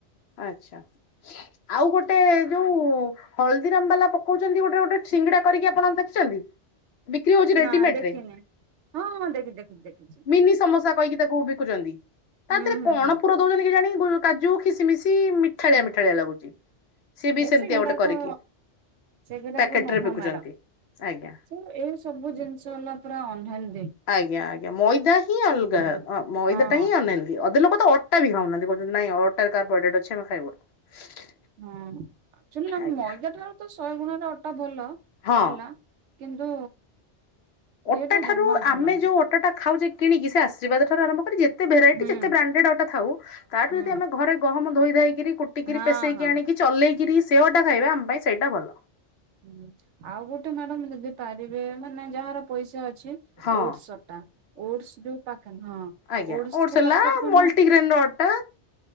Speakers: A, on the left; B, on the right.
A: ଆଛା ଆଉ ଗୋଟେ ଯୋଉ ହଳଦୀରାମ ବାଲା ପକଉଛନ୍ତି ଗୋଟେ ଗୋଟେ ସିଙ୍ଗଡା କରିକି ଆପଣ ଦେଖିଛନ୍ତି। ବିକ୍ରି ହଉଛି ରେଡିମେଡରେ
B: ନା ଦେଖିନି ହଁ ହଁ ଦେଖି ଦେଖି ଦେଖିଛି
A: ମିନି ସମସା କହିକି ତାକୁ ବିକୁଛନ୍ତି ତା
B: ହୁଁ
A: ଦେହରେ
B: ହୁଁ
A: କଣ
B: ହୁଁ
A: ପୁର ଦଉଛନ୍ତି କି ଜାଣି କାଜୁ ସିଏ ମିଠାଳିଆ ମିଠାଳିଆ ଲାଗୁଛି। ସିଏ ବି
B: ଏ
A: ସେମିତିଆ
B: ସେଗୁଡାକ
A: ଗୋଟେ କରିକି
B: ସେଗୁଡାକ
A: ପ୍ୟାକେଟ
B: ନୁହଁ
A: ରେ ବିକୁଛନ୍ତି
B: ମ୍ୟାଡାମ
A: ଆଜ୍ଞା।
B: ସେ ଏଇ ସବୁ ଜିନିଷ ହେଲା ପୁରା ଅନ୍ଧ
A: ଆଜ୍ଞା ଆଜ୍ଞା ମଇଦା ହିଁ ଅଲଗା
B: ନୁହଁ
A: ମଇଦାଟା
B: ହଁ
A: ହିଁ ଅନେହେଲଦୀ ଅଧ ଲୋକ ତ ଅ ଅଟା ବି ଖାଉନାହାନ୍ତି କହୁଛନ୍ତି ନାଇଁ ଅଟା ବି କାରବୋହାଇଡ୍ରେଟ ଖାଇବୁନି।
B: ହଁ। ଆଛୁଆଲି ନା ମଇଦା
A: ଆଜ୍ଞା
B: ଠାରୁ ତ ଶହେ ଗୁଣରେ ଅଟା ଭଲ।
A: ହଁ।
B: ହେଲା କିନ୍ତୁ
A: ଅଟା
B: ଇଏଟା
A: ଠାରୁ
B: ଜମା ଭଲ
A: ଆମେ
B: ନୁହଁ
A: ଯୋଉ ଅଟା ଟା ଖାଉଛେ କିଣିକି ସେ ଆଶୀର୍ବାଦ ଆରମ୍ଭ କରି ଯେ କେତେ ଭେରାଇଟି
B: ହୁଁ
A: ଯେତେ ବ୍ରାଣ୍ଡେଡ ଅଟା ଥାଉ ତାଠୁ
B: ହୁଁ
A: ଯଦ ଆମେ ଘରେ ଗହମ ଧୋଇ ଧାଇକିରି କୁଟିକିରି
B: ହଁ
A: ପେସେଇକି
B: ହଁ
A: ଆଣିକି ଚଲେଇକିରି ସେ ଅଟା ଖାଇବା ଆମ ପାଇଁ ସେଇଟା ଭଲ।
B: ହୁଁ ଆଉ ଗୋଟେ ମ୍ୟାଡମ ଯଦି ପାରିବେ ମାନେ ଯାହାର ପଇସା ଅଛି ଅଛି
A: ହଁ
B: ଓଟ୍ସ୍ ଅଟା ଓଟସ୍ ଯଉ ପ୍ୟାକେ ହଁ
A: ଆଜ୍ଞା
B: ଓଟସ୍ କୁ
A: ହେଲା
B: ପ୍ୟାକେଟ ବନାଅ।
A: ମଲ୍ଟିଗ୍ରେନ୍ ର ଅଟା